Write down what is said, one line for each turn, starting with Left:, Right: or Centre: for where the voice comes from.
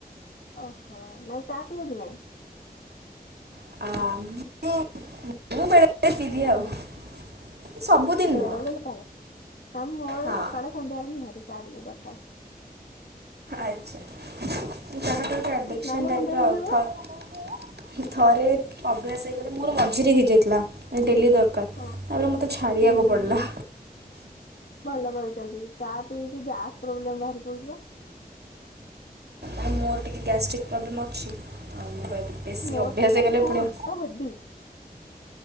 Left: ଓହୋ ନାଇଁ ଚାହା ପିଅ କି ନାଇଁ?
Right: <unintelligible> ସବୁଦିନ
Left: ବେଳେ
Right: ନୁହଁ
Left: ବେଳେ ତାହେଲେ ତା ମୋର
Right: ହଁ
Left: ସକାଳ ସନ୍ଧ୍ୟାରେ ନିହାତି ଚା ଟିକେ ଦରକାର।
Right: ଆଛା ଯାହା ଗୋଟେ ଅଟେକ୍ସନ
Left: ନହେଲେ
Right: ଟାଇପ
Left: ମୁଣ୍ଡ
Right: ର
Left: ବିନ୍ଧିବ
Right: ଥଟ
Left: ବା
Right: ଥରେ ଅଭ୍ୟାସ ହେଇଗଲେ ମୋର ମଝିରେ ହେଇଯାଇଥିଲା ମାନେ ଡେଲି ଦରକାର।
Left: ହଁ
Right: ତାପରେ ମତେ ଛାଡିବାକୁ
Left: ହୁଁ।
Right: ପଡିଲା।
Left: ଭଲ କରିଛନ୍ତି ଚା ପିଇକି ଗ୍ୟାସ୍ ପ୍ରୋବ୍ଲେମ ବାହାରି ପଦୁଚିବା।
Right: ଆଉ ମୋର ଟିକିେ ଗ୍ୟାଷ୍ଟ୍ରିକ୍ ପ୍ରୋବ୍ଲେମ୍ ଅଛି ତ ମୁଁ ବେଶୀ
Left: ମୋର
Right: ଅଭ୍ୟାସ
Left: ତ ପୁରା
Right: ହେଇଗଲେ
Left: ଫୁଲ
Right: ପୁଣି
Left: ପୁରା ହେବି।